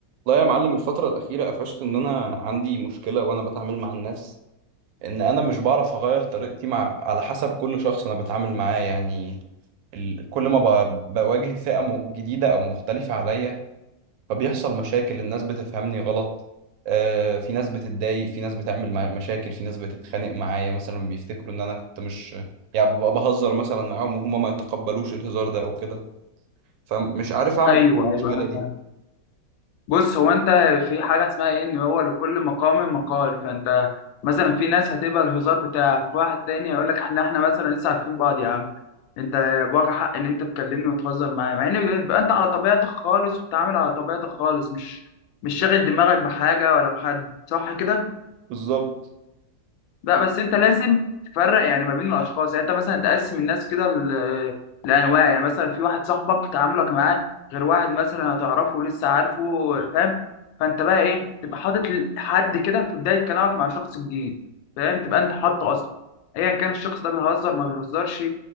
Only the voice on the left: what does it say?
ايوه
ايوه انا
فاهم بص هو انت في حاجه اسمها ايه ان هو لكل مقام مقال فانت مثلا في ناس هتبقى الهزار بتاعك واحد تاني هيقول لك احنا احنا مثلا لسه عارفين بعض يا عم انت بواجه حق ان انت تكلمني وتهزر معايا مع ان بيبقى انت على طبيعتك خالص وبتتعامل على طبيعتك خالص مش مش شاغل دماغك بحاجه ولا بحد صح كده
لا بس انت لازم تفرق يعني ما بين الاشخاص يعني انت مثلا تقسم الناس كده ل- لانواع يعني مثلا في واحد صاحبك تعاملك معاه غير واحد مثلا هتعرفه لسه عارفه فاهم فانت بقى ايه تبقى حاطط ل- حد كده في بدايه كلامك مع شخص جديد فاهم تبقى انت حاطه اصلا ايا كان الشخص ده بيهزر ما بيهزرش